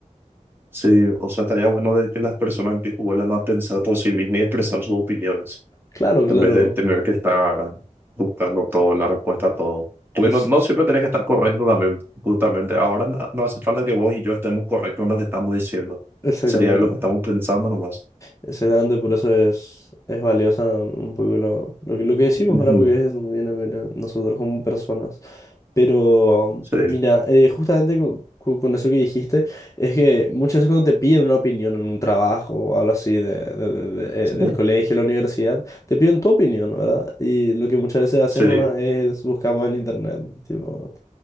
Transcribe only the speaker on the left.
Claro, claro.
Es
exactamente.
Exactamente, por eso es, es valiosa un poco lo, lo que, lo que decimos
ahora, porque es, viene, viene mira, nosotros como personas. Pero,
mira, eh, justamente co- co- con, eso que dijiste, es que muchas veces cuando te piden una opinión en un trabajo o algo así de, de- de- de-
eh, del colegio, la universidad, te piden tu opinión, ¿verdad? Y lo que muchas veces hacemos
es buscamos en internet, tipo,